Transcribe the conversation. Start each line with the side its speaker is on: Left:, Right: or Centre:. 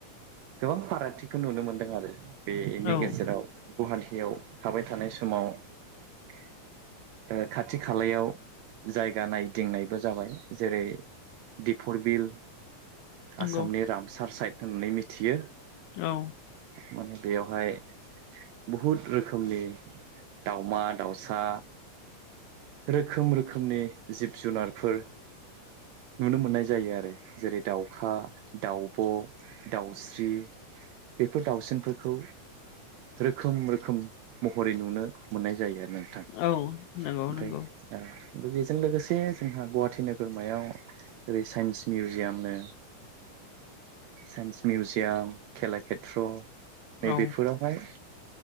Right: गोबां फारागथिखौ नुनो मोनदों आरो बेनि
Left: औ
Right: गेजेराव गुवाहाटियाव थाबाय थानाय समाव ओ खाथि खालायाव जायगा नायदिंनायबो जाबाय जेरै दिफर बिल
Left: नंगौ
Right: आसामनि रामसार साइड होननानै मिथियो।
Left: औ।
Right: माने बेयावहाय बहुद रोखोमनि दाउमा दाउसा रोखोम रोखोमनि जिब जुनारफोर नुनो मोननाय जायो आरो जेरै दाउखा दाउब' दाउस्रि बेफोर दाउसिनफोरखौ रोखोम रोखोम महरै नुनो मोननाय जायो आरो नोंथां ओमफाय
Left: औ नंगौ नंगौ
Right: ओ बेजों लोगोसे जोंहा गुवाहाटि नोगोरमायाव ओरै साइन्स मिउजियामनो साइन्स मिउजियाम खेलाखेत्र
Left: औ
Right: नै बेफोरावहाय